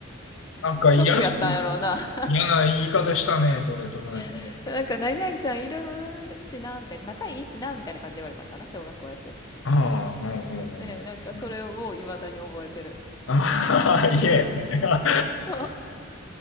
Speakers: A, on the left (about 80°); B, on the left (about 20°).
A: なんか嫌、
B: ショックやったんやろうな。
A: 嫌な言い方したね、それ、友達に。
B: <laughs> なんか、何々ちゃんいるしな、みたいな、仲いいしな、みたいな感じで言われたんかな、小学校やし。
A: ああ、うんうんうん。
B: で、なんか、それを未だに覚えてる。
A: ああ、嫌やったんや。
B: <laughs> そ